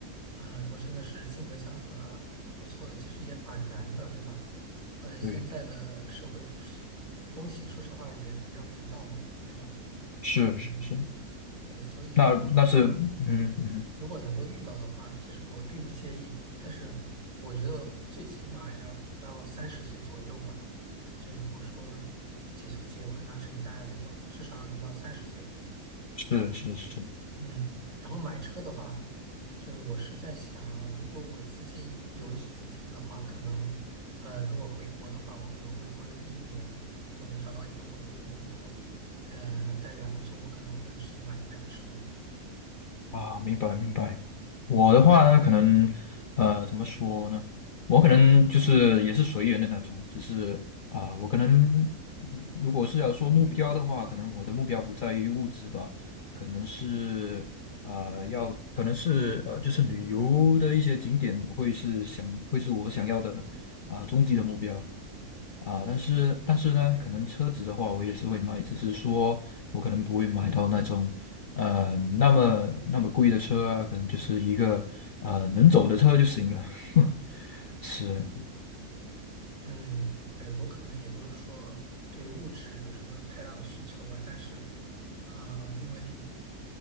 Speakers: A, on the right (about 60°); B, on the left (about 70°).
A: 呃，如果真的是性格相合啊不错的，其实也蛮难的，对吧？而且现在的社会
B: 对，
A: 风气，说实话也比较浮躁嘛，对吧？
B: 是是是，
A: 嗯，对，所以如果
B: 那那是嗯嗯
A: 如果能够遇到的话，其实我并不介意，但是我觉得最起码也要等到三十岁左右吧。就如果说结就结婚呐、成家呀、这种，至少要等到三十岁。
B: 是是是，
A: 然后，嗯，然后买车的话，就是我是在想啊，如果我资金有一些资金的话，可能，呃，如果回国的话，我可能回国的第一年，如果能找到一份稳定的工作，呃，待遇还不错，我可能会去买一辆车。
B: 啊，明白明白。
A: 嗯。
B: 我的话呢，可能呃，怎么说呢？我可能就是也是随缘的那种，只是啊、我可能如果是要说目标的话，可能我的目标不在于物质吧，可能是啊，要可能是呃，就是旅游的一些景点，我会是想会是我想要的啊、终极的目标。啊，但是但是呢，可能车子的话，我也是会买，只是说我可能不会买到那种呃那么那么贵的车啊，可能就是一个呃能走的车就行了。<laughs> 是，
A: 嗯，对，我可能也不是说对物质有什么太大的需求吧，但是，呃，因为